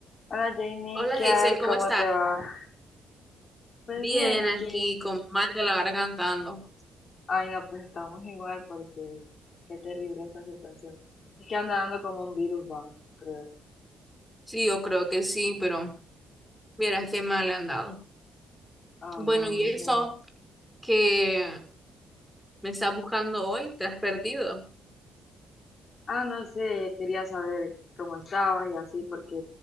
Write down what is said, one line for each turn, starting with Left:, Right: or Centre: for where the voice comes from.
Left: Hola Jamie,
Centre: Hola
Left: ¿qué
Centre: Hazel,
Left: hay?
Centre: ¿cómo
Left: ¿Cómo
Centre: estás?
Left: te va? Pues
Centre: Bien,
Left: bien, aquí.
Centre: aquí con mal de la gargantando.
Left: Ay, no, pues estamos igual porque qué terrible esta situación. Es que anda dando como un virus, va, creo.
Centre: Sí, yo creo que sí, pero mira qué mal le han dado.
Left: Ay,
Centre: Bueno,
Left: no me
Centre: y
Left: imagino.
Centre: eso que me estás buscando hoy, te has perdido.
Left: Ah, no sé, quería saber cómo estabas y así porque